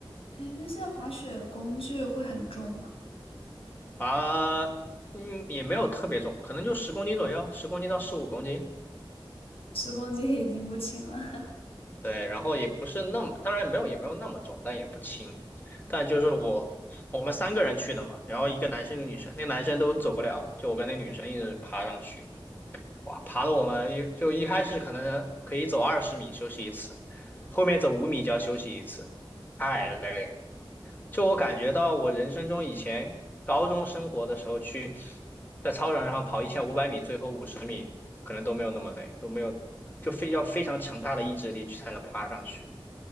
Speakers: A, on the left; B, on the left.
A: 哎，那现在滑雪工具会很重吗？
B: 啊。嗯，也没有特别重，可能就十公斤左右，十公斤到十五公斤。
A: 十公斤已经不轻了。<laughs>
B: 对，然后也不是那么，当然没有也没有那么重，但也不轻。但就是我我们三个人去的嘛，然后一个男生一个女生，那个男生都走不了，就我跟那女生一直爬上去，哇，爬的我们一就一开始可能可以走二十米休息一次，后面走五米就要休息一次，太累了。就我感觉到我人生中以前高中生活的时候去在操场上跑一千五百米，最后五十米可能都没有那么累，都没有就非要非常强大的意志力去才能爬上去。